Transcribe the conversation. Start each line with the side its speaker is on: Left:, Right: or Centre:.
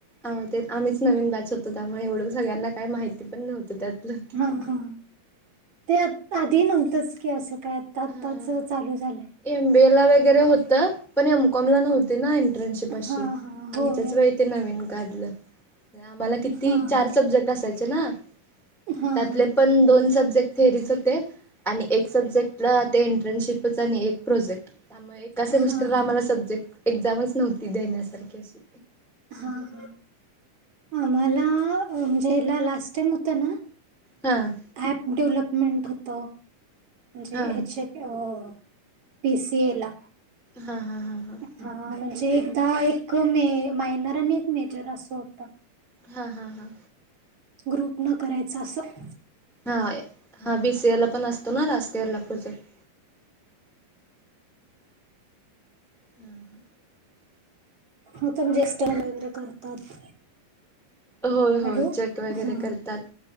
Centre: अ ते आम्हीच नवीन बॅच होतो त्यामुळे एवढं सगळ्यांना काही माहिती पण नव्हतं त्यातलं.
Right: ह हा ते आधी नव्हतंच की असं काय आता आत्ताच
Centre: हा
Right: चालू झालंय.
Centre: एम बी ए ला वगैरे होतं पण एम कॉम ला नव्हती ना इंट्रनशिप पशी
Right: हा हा होय
Centre: आमचस वेळी ते नवीन काढलं आम्हाला किती
Right: हा
Centre: चार
Right: हा
Centre: सब्जेक् ट असायच ना
Right: हा
Centre: त्यातले
Right: हा
Centre: पण दोन सब्जेक्ट थेअरीच होते आणि एक सब्जेक् टला इंट्रनशिपच आणि एक प्रोजेक्ट त्यामुळे एका सेमिस्टरला
Right: हा हा
Centre: आम्हाला सब्जेक् एक्झामच नव्हती देण्यासारखी अशी.
Right: हा हा आम्हाला म्हणजे ह्याला लास्ट टाइम होता ना
Centre: हां.
Right: ऍप डेव्हलपमेंट होत म्हणजे
Centre: हा
Right: हेचे हो हो पी सी ए ला.
Centre: हा हा हा हा.
Right: हा म्हणजे एकदा एक मे मायनर आणि एक मेजर असं होतं.
Centre: हा हा हा.
Right: ग्रुप नं करायच असं.
Centre: हा हा बी सी ए ला पण असतो ना लास्ट इयरला प्रोजेक्ट. हां हा.
Right: उतम ज्येष्ठण वगैरे करतात.
Centre: होय होय
Right: हॅलो
Centre: चेक वगैरे
Right: हा
Centre: करतात